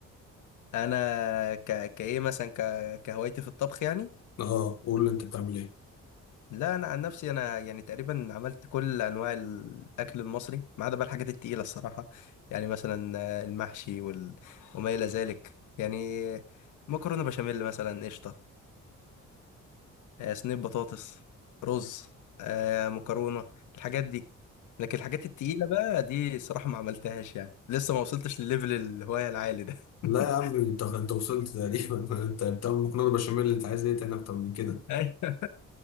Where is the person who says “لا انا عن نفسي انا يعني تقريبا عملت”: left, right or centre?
Left